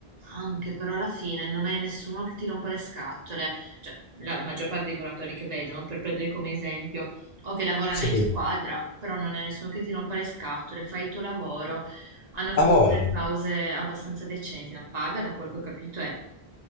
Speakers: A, on the right (about 40°); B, on the left (about 55°).
A: Anche però alla fine non hai nessuno che ti rompa le scatole, cioè la maggior parte dei muratori che vedono, per prendere come esempio, o che lavorano
B: Sì,
A: in squadra, però non è nessuno che ti rompa le scatole, fai il tuo lavoro, hanno
B: ha
A: comunque
B: voglia.
A: delle pause abbastanza decenti, la paga da quel che ho capito è